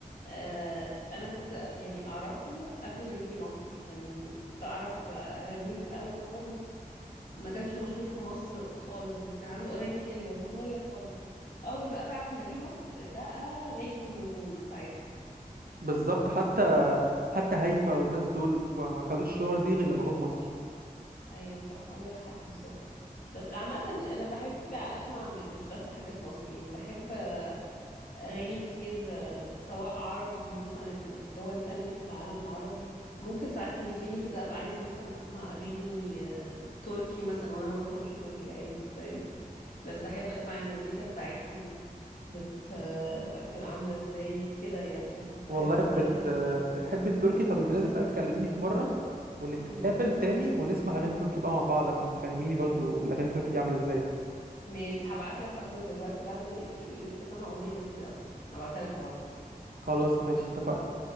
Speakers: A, on the left; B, on the right.
A: آه انا كنت يعني اعرفه قبل ما يجي مصر كان كنت اعرف اغانيه في الاول خالص ما كانش مشهور في مصر خالص بس كان عنده اغاني حلوه وهو صغير خالص اول بقى فعلا ما جه مصر بقى نجم النجوم ساعتها
B: بالظبط حتى حتى هيفا والناس دول ما ما خدوش الشهرة دي غير لما جم مصر
A: ايوه صح عندك حق بالظبط بس عامه انا بحب اسمع م- مش بس حاجات مصر يعني بحب أغاني كتير آه، سواء عربي مثلا في دول تانية في العالم العربي ممكن ساعات يهفني كده أبقى عايزة مثلا أسمع أغاني آه، تركي مثلا وأنا ما بفهمش تركي عادي فاهم بس أحب أسمع المزيكا بتاعتهم بت... آه، بقى بتبقى عاملة إزاي كده يعني أحب
B: والله
A: أحب
B: بت...
A: أسمع حاجات مختلفة
B: بتحب التركي طب انت لازم بقى تكلميني في مرة ونتقابل
A: مم.
B: تاني ونسمع اغاني تركي بقى مع بعض عشان تفهميني برضو الاغاني التركي دي عاملة ازاي
A: ماشي هبعت لك أصلا دلوقتي بعد ما نقفل لسه سامعة أغنية لذيذة قوي هبعتها لك على طول
B: خلاص ماشي اتفقنا